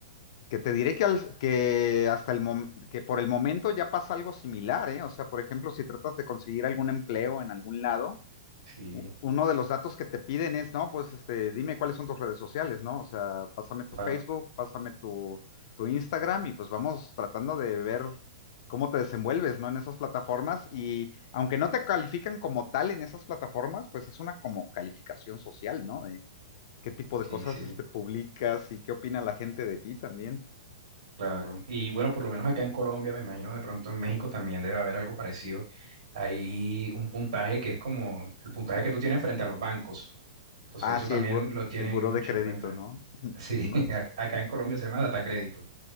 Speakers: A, on the left (about 50°); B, on the right (about 85°).
A: Que te diré que, al- que hasta el mom- que por el momento ya pasa algo similar, ¿eh? O sea, por ejemplo, si tratas de conseguir algún empleo en algún lado,
B: Sí,
A: u- uno de los datos que te piden es, no, pues este, dime cuáles son tus redes sociales, ¿no? O sea, pásame tu
B: claro,
A: Facebook, pásame tu, tu Instagram y pues vamos tratando de ver cómo te desenvuelves, ¿no? En esas plataformas y aunque no te califican como tal en esas plataformas, pues es una como calificación social, ¿no? De qué tipo
B: sí,
A: de cosas
B: sí,
A: este, publicas y qué opina la gente de ti también.
B: claro. Y bueno, por lo menos acá en Colombia, me imagino de pronto en México también debe haber algo parecido. Hay un puntaje que es como el puntaje que tú tienes frente a los bancos. Entonces,
A: Ah,
B: eso
A: sí,
B: también
A: el, bu-
B: lo tienen
A: el buró
B: mucho
A: de crédito,
B: en cuenta.
A: ¿no? <laughs>
B: Sí,
A: No,
B: <laughs> ac- acá en Colombia se llama data crédito.